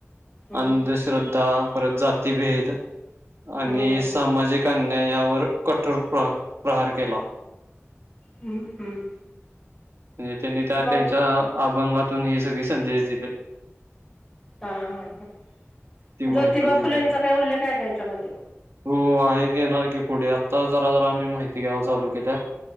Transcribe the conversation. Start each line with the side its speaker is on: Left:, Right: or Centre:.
Centre: हम्म
Right: अंधश्रद्धा
Centre: हम्म
Right: परत जातीभेद आणि
Centre: हम्म
Right: सामाजिक अन्यायावर कठोर प्र प्रहार केला
Centre: हम्म हम्म.
Right: म्हणजे त्यांनी त्या त्यांच्या
Centre: मग
Right: अभंगातून हे सगळे संदेश दिले.
Centre: हा हा हा.
Right: ती
Centre: ज्योतिबा
Right: माहिती दिली
Centre: फुलेंचा काही उल्लेख आहे का याच्यामध्ये?
Right: हो आहे येणार की पुढे आ आता जरा जरा आम्ही माहिती घ्या चालू केल्या